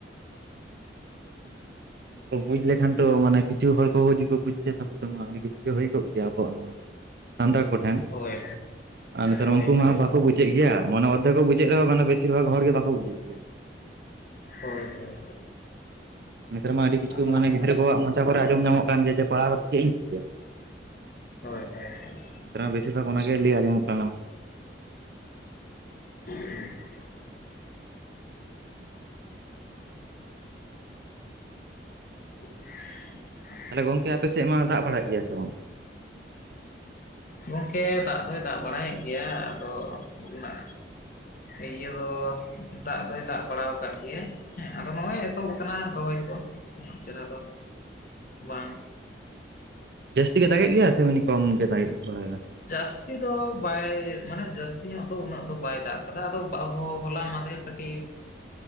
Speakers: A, on the right (about 60°); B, on the left (about 50°).
A: <inaudible> ᱠᱚ ᱵᱩᱡᱽ ᱞᱮᱠᱷᱟᱱ ᱛᱚ ᱢᱟᱱᱮ, ᱠᱤᱪᱷᱩ ᱦᱚᱲ ᱠᱚᱦᱚ <unintelligible> ᱵᱩᱡᱽ ᱠᱮᱭᱟ ᱛᱟᱦᱮᱢᱟ ᱟᱹᱰᱤ ᱠᱤᱪᱷᱩ ᱜᱮ ᱦᱩᱭ ᱠᱚᱜ ᱜᱮᱭᱟ ᱟᱵᱚᱣᱟᱜ ᱱᱚᱣᱟ ᱥᱟᱱᱛᱟᱲ ᱠᱚᱴᱷᱮᱱ
B: ᱦᱳᱭ
A: ᱟᱨ ᱱᱮᱛᱟᱨ
B: ᱦᱳᱭ
A: ᱩᱱᱠᱩ
B: ᱦᱳᱭ
A: ᱢᱟ ᱵᱟᱠᱚ ᱵᱩᱡ ᱾ ᱵᱩᱡᱮᱜ ᱜᱮᱭᱟ ᱢᱟᱱᱮ ᱚᱫᱫᱷᱮᱠᱚ ᱵᱩᱡᱮᱜ ᱨᱮᱦᱚᱸ ᱢᱟᱱᱮ, ᱵᱮᱥᱤᱨ ᱵᱷᱟᱜ ᱦᱚᱲ ᱜᱮ ᱵᱟᱠᱚ ᱵᱩᱡᱮᱫ ᱜᱮᱭᱟ ᱾
B: ᱦᱳᱭ ᱦᱳᱭ,
A: ᱱᱮᱛᱟᱨ ᱢᱟ ᱟᱹᱰᱤ ᱠᱤᱪᱷᱩ
B: ᱟᱫᱚ
A: ᱜᱮ ᱢᱟᱮ ᱜᱤᱫᱽᱨᱟᱹ ᱠᱚᱣᱟᱜ ᱢᱚᱪᱟ ᱠᱚᱨᱮ ᱟᱸᱡᱚᱢ ᱧᱟᱢᱚᱜ ᱠᱟᱱ ᱜᱮᱭᱟ ᱡᱮ, ᱯᱟᱲᱦᱟᱣ ᱠᱟᱛᱮᱜ ᱪᱮᱫ ᱤᱧ ᱪᱤᱠᱟᱹᱭᱟ?
B: ᱦᱳᱭ ᱦᱳᱭ
A: ᱵᱮᱥᱤᱨ ᱵᱷᱟᱜᱽ ᱚᱱᱟᱜᱮ ᱞᱟᱹᱭ ᱟᱸᱡᱚᱢᱚᱜ ᱠᱟᱱᱟ᱾
B: ᱦᱚᱸ <inaudible> <inaudible>
A: ᱛᱟᱦᱚᱞᱮ ᱜᱚᱝᱠᱮ ᱟᱯᱮ ᱥᱮᱫ ᱢᱟ ᱫᱟᱜ ᱵᱟᱲᱟᱭᱮᱜ ᱜᱮᱭᱟ ᱥᱮ ᱵᱟᱝ?
B: ᱜᱚᱢᱠᱮ ᱫᱟᱜ ᱫᱚᱭ ᱫᱟᱜ ᱵᱟᱲᱟᱭᱮᱜ ᱜᱮᱭᱟ ᱟᱫᱚ, ᱚᱱᱟ ᱤᱭᱟᱹ ᱫᱚ, ᱫᱟᱜ ᱫᱚᱭ ᱫᱟᱜ ᱵᱟᱲᱟ ᱟᱠᱟᱫ ᱜᱮᱭᱟᱭ ᱾ ᱦᱮᱸ ᱟᱫᱚ ᱱᱚᱜᱼᱚᱭ ᱮᱛᱚᱦᱚᱵ ᱠᱟᱱᱟ ᱨᱚᱦᱚᱭ ᱠᱚ ᱪᱮᱦᱨᱟ ᱫᱚ ᱵᱟᱝ,
A: ᱡᱟᱹᱥᱛᱤ ᱜᱮ ᱫᱟᱜᱮᱜ ᱜᱮᱭᱟ, ᱥᱮ ᱮᱢᱱᱤ ᱠᱚᱢ ᱜᱮ ᱫᱟᱜᱮᱜ ᱵᱟᱲᱟᱭᱫᱟ ᱾
B: ᱡᱟᱹᱥᱛᱤ ᱫᱚ ᱵᱟᱭ ᱢᱟᱱᱮ, ᱡᱟᱹᱥᱛᱤ ᱧᱚᱜ ᱫᱚ ᱩᱱᱟᱹᱜ ᱫᱚ ᱵᱟᱭ ᱫᱟᱜ ᱠᱟᱫᱟ ᱟᱫᱚ ᱟᱵᱚ ᱦᱚᱞᱟ ᱢᱟᱫᱷᱮᱨ ᱠᱟᱹᱴᱤᱡ